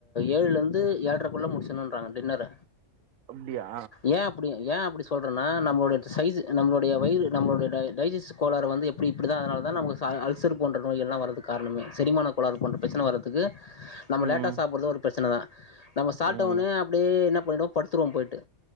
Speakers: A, on the left; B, on the right.
A: ஏழுலருந்து ஏழ்ட்ரக்குள்ள முடிச்சணுன்றாங்க டின்னர
B: அப்டியா
A: ஏ அப்டி ஏ அப்டி சொல்ற ன்னா நம்மளுடைய சைஸ் நம்முடைய வயிறு நம்முடைய டைஜிஸன் கோளரு வந்து எப்டி இப்டிதா அதனால தா நம்லுக்கு அல்சர் போன்ற நோய்கள்ளா வறதுக்கு காரணமே செரிமான கோளாறு போன்ற பிரச்சனை வரதுக்கு நம்ம
B: ம்
A: லேட்டா சாப்பறது ஒரு பிரச்சனைதா நம்ம சாப்ட்டவொனே
B: ம்
A: அப்டியே என்ன பண்ணுவோ படுத்துடுவோ போயிட்டு